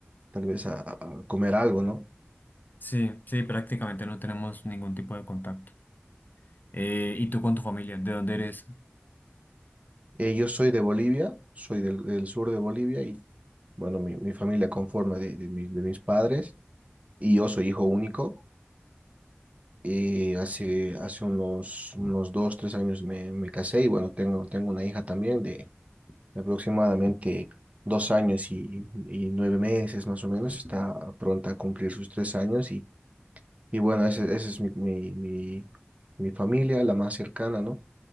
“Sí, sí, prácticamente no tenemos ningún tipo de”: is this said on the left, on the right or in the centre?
Left